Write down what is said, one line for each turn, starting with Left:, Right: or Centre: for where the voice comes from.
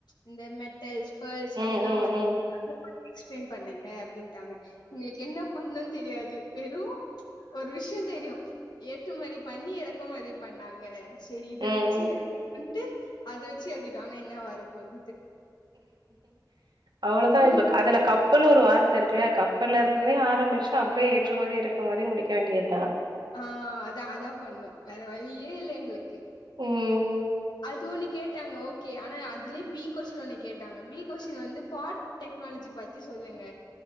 Left: இந்த மெட்டல்ஸ் ஃபேல்ஸ்
Right: ம்,
Left: அதெல்லா
Right: ம்,
Left: வந்
Right: ம்.
Left: <inaudible> எக்ஸ்பேன் பண்ணுங்க அப்டின்ட்டாங்க எங்ளுக்கு என்ன பண்ணுன் தெரியாது வெறு ஒரு விஷ்யொந் தெரியு ஏற்று மதி பண்ணி எறக்கு மதி பண்ணாங்க சேரி இத
Right: ம்,
Left: வெச்சு
Right: ம்.
Left: <inaudible> ட்டு அது வச்சு எழுதிட்டோ ஆனா என்ன வரப்போது
Right: அவ்ளோதா
Left: ஜூன்
Right: இப்ப க அதுல கப் கப்பலு ஒரு வார்த்த இருக்குல கப்பல்ல இருந்துமே ஆரம்பிச்சு அப்டியே ஏற்று மதி இறக்கு மதினு முடிக்க வேண்டியது தா
Left: ஆ அது அதா பண்ணு வேற வழியே இல்ல எங்களுக்கு
Right: ம்
Left: அது ஒன்னு கேட்டாங்க ஓகே ஆனா அதுலே பி கொஷின் ஒண்ணு கேட்டாங்க பி கொஷின் வந்து பார்ட் டெக்னாலஜி பத்தி சொல்லுங்க